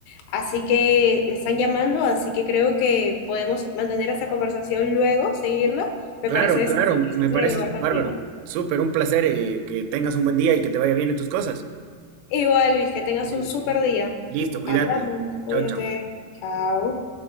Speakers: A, on the left; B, on the right.
A: Así que me están llamando, así que creo que podemos mantener esta conversación luego, seguirla. Me
B: Claro,
A: parece
B: claro,
A: interesante
B: me parece
A: dialogar contigo.
B: bárbaro. Súper, un placer, eh, que tengas un buen día y que te vaya bien en tus cosas.
A: Igual, Luis, que tengas
B: Li-
A: un súper día.
B: Listo, cuídate.
A: Hablamos, cuídate.
B: Chao, chao.
A: Chao.